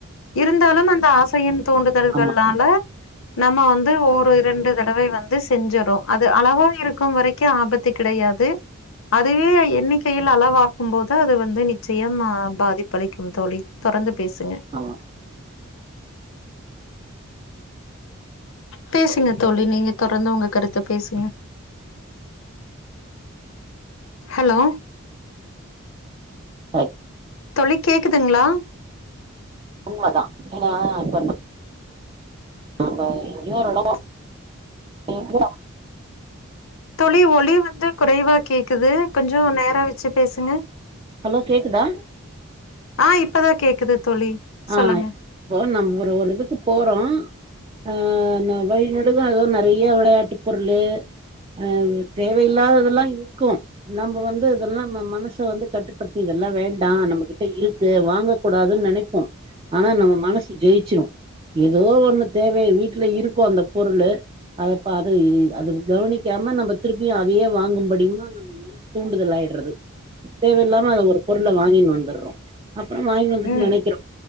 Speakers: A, on the left (about 70°); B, on the right (about 25°).
A: இருந்தாலும் அந்த ஆசையின் தூண்டுதல்கள்னால
B: ஆமா
A: நம்ம வந்து ஒரு இரண்டு தடவை வந் து செஞ்சரோம் அது அளவா இருக்கும் வரைக்கும் ஆபத்து கிடையாது. அதுவே எண்ணிக்கையில் அளவாகும் போது அது வந்து நிச்சயம் பாதிப்பளிக்கும் தோழி தொடர்ந்து பேசுங்க
B: ஆமா
A: பேசுங்க தோழி நீங்க தொடர்ந்து உங்க கருத்த பேசுங்க. ஹலோ
B: அ
A: தோழி கேக்குதுங்களா?
B: உண்மதான் அப்ப அப்பண்ணா அப்ப இன்னோரு எடம் <inaudible>
A: தோழி ஒலி வந்து குறைவா கேக்குது. கொஞ்சோ நேரா வச்சு பேசுங்க
B: ஹலோ கேக்குதா
A: ஆஹ் இப் இப்பதான் கேக்குது. தோழி.
B: ஆஹ்
A: சொல்லுங்க.
B: இப்போ நம்ம ஒரு இதுக்கு போறோம் ஆஹ் வழிநெடுக அதுவும் நெறைய விளையாட்டு பொருளு அஹ் தேவையில்லாததெல்லாம் இருக்கு நம்ம வந்து இதெல்லாம் மனச வந்து கட்டுப்படுத்தி இதெல்லாம் வேண்டாம் நம்மகிட்ட இருக்கு வாங்கக் கூடாதுன்னு நெனைப் போ ஆனா நம்ம மனசு ஜெயிச்சிறும் ஏதோ ஒண்ணு தேவை வீட்ல இருக்கும் அந்த பொருளு அதைப்ப அது அது கவனிக்காம நம்ம திருப்பியும் அதையே வாங்கும்படியமா நம்ம மனசு தூண்டுதல் ஆயிடுறது தேவையில்லாம அத ஒரு பொருளை வாங்கின்னு வந்தற்றோம். அப்புறம் வாங்கி வந்துட்டு
A: ம்.
B: நெனைக்கறோம்